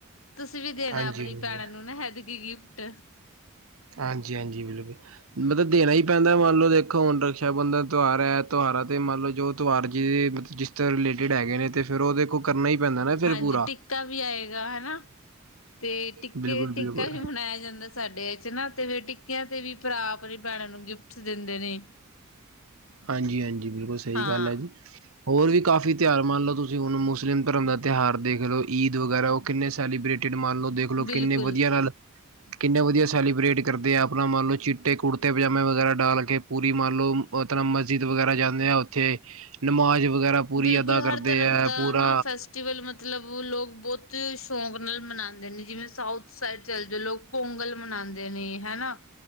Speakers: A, on the left (about 70°); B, on the right (about 90°).
A: ਤੁਸੀਂ ਵੀ ਦੇਣਾ
B: ਹਾਂਜੀ
A: ਆਪਣੀ
B: ਹਾਂਜੀ
A: ਭੈਣਾਂ ਨੂੰ ਨਾ ਹੈਦਗੀ ਗਿਫਟ
B: ਹਾਂਜੀ ਹਾਂਜੀ ਬਿਲਕੁਲ ਮਤਲਬ ਦੇਣਾ ਹੀ ਪੈਂਦਾ ਮੰਨ ਲਓ ਦੇਖੋ ਹੁਣ ਰਕਸ਼ਾ ਬੰਧਨ ਤਿਉਹਾਰ ਹੈ ਤੁਹਾਰਾ ਤੇ ਮੰਨ ਲਓ ਜੋ ਤਹਾਰ ਜੀ ਜਿਸ ਤਰ੍ਹਾਂ ਰਿਲੇਟਿਡ ਹੈਗੇ ਨੇ ਤੇ ਫੇਿਰ ਉਹ ਦੇਖੋ ਕਰਨਾ ਹੀ ਪੈਂਦਾ ਨਾ ਫਿਰ
A: ਹਾਂਜੀ
B: ਪੂਰਾ
A: ਟਿੱਕਾ ਵੀ ਆਏਗਾ ਹਨਾ ਤੇ ਟਿੱਕੇ
B: ਬਿਲਕੁਲ-ਬਿਲਕੁਲ,
A: ਟਿੱਕਾ ਵੀ ਮਨਾਇਆ ਜਾਂਦਾ ਸਾਡੇ ਵਿੱਚ ਨਾ ਤੇ ਫਿਰ ਟਿੱਕਿਆਂ ਤੇ ਵੀ ਭਰਾ ਆਪਣੀ ਭੈਣਾਂ ਨੂੰ ਗਿਫਟ ਦਿੰਦੇ ਨੇ
B: ਹਾਂਜੀ- ਹਾਂਜੀ ਬਿਲਕੁਲ ਸ ਈ
A: ਹਾਂ
B: ਗੱਲ ਐ ਜੀ। ਹੋਰ ਵੀ ਕਾਫ਼ੀ ਤਿਆਰ ਮੰਨ ਲੋ ਤੁਸੀਂ ਹੁਣ ਮੁਸਲਿਮ ਧਰਮ ਦਾ ਤਿਹਾਰ ਦੇਖ ਲਓ, ਈਦ ਵਗੈਰਾ ਕਿੰਨੇ ਸੈਲੀਬ੍ਰੇਟਿਡ ਮੰਨ ਲੋ ਦੇਖ ਲੋ ਕਿੰਨੇ
A: ਬਿਲਕੁਲ।
B: ਵਧੀਆ ਨਾਲ ਕਿੰਨਾ ਵਧੀਆ ਸੈਲੀਬਰੇੇਟ ਕਰਦੇ ਆ, ਅਪਨਾ ਮੰਨ ਲੋ ਚਿੱਟੇ ਕੁੜਤੇ ਪਜਾਮੇ ਵਗੈਰਾ ਡਾਲ ਕੇ ਪੂਰੀ ਮਨ ਲੋ ਆਪ <unintelligible> ਮਸਜਿਦ ਵਗੈਰਾ ਜਾਂਦੇ ਆ ਔਥੇ ਨਮਾਜ਼ ਵਗੈਰਾ ਪੂਰੀ
A: ਬਿਲਕੁਲ
B: ਅਦਾ
A: ਹਰ
B: ਕਰਦੇ
A: ਧਰਮ
B: ਹੈ
A: ਦਾ
B: ਪੂਰਾ
A: ਨਾ, ਫੈਸ ਟੀਵਲ ਮਤਲ ਬ ਲੋਕ ਬੋਤ ਸ਼ੌਂਕ ਨਾਲ ਮਨਾਂਦੇ ਨੇ ਜਿਵੇਂ ਸਾਊਥ ਸਾਈਡ ਚੱਲ ਜੋ ਲੋਕ ਪੋਂਗਲ ਮਨਾਦੇ ਨੇ ਹਨਾ।